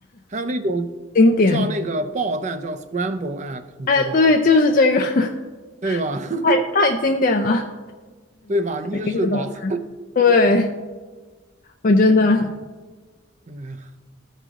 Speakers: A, on the right; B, on the left.
A: 还有那种
B: 经典。
A: 叫那个爆蛋叫 scramble egg，你知道吗？
B: 哎，对，就是这个，<laughs>
A: 对吧？<laughs>
B: 太太经典了。
A: 对吧？英式早餐，
B: 一个都对，我真的
A: 嗯
B: <laughs>。
A: 哎呀，